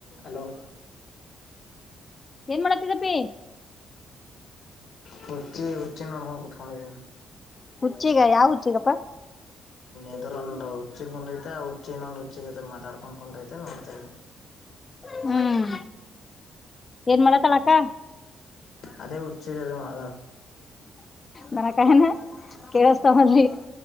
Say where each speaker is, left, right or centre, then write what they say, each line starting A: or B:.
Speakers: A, on the left; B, on the left.
A: Hello
B: ಏನ್ ಮಾಡತ್ತಿದಪ್ಪಿ
A: ಹೂ ಿುಚ್ಚಿನ್ ನೋಡ್ಕೊಂಡು ಕುತ್ಕೊಂಡಿದ್ದೀಿ
B: ಹುಚ್ಚಿಗ ಯಾವ ಹುಚ್ಚಿಗಪ್ಪಾ
A: ಎದು್ರೊಂದು್ ಹುಿ ಕುೊಂಡ ೈತೆ ಆ ಹುಚ್ಚಿಿನ ಒಂದ್ ಹುಚ್ಚಿ ೈತೆ ಮಾತಾಡ್ಕೊಂಡ್ ಕು್ೈತೆ ನೋಡ್ತವಿ
B: ಹ್ಮ್ ಏನ್ ಮಾಡತ್ತಳಕ್ಕ
A: ಅದೇ ಉಚ್ಚ ಅ ಮಾ
B: ನನ ಕನಾ ಕೆ ರತಲಿ